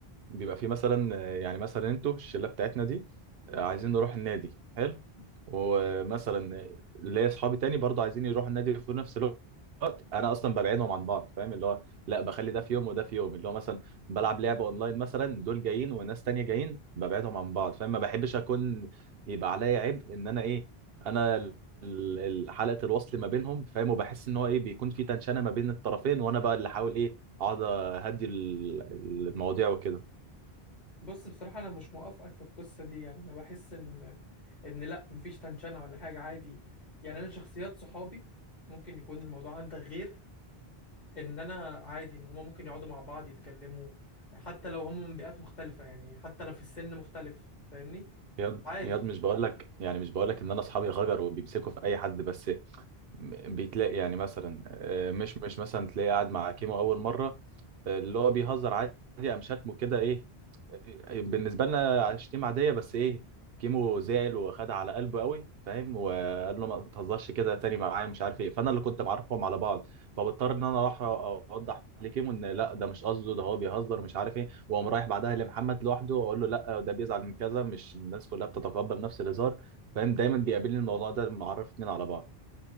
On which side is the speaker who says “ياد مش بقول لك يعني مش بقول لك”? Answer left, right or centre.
Right